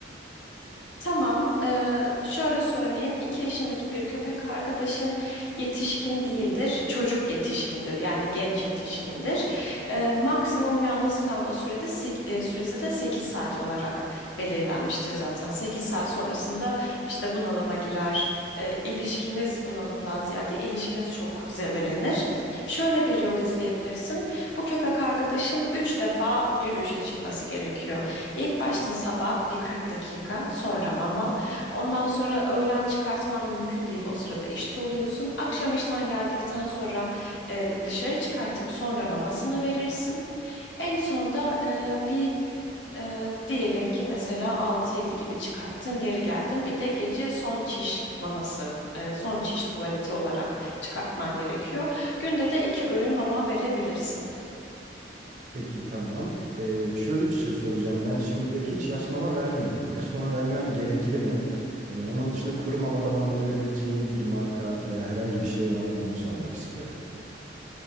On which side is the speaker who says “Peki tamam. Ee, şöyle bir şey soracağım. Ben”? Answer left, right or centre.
Right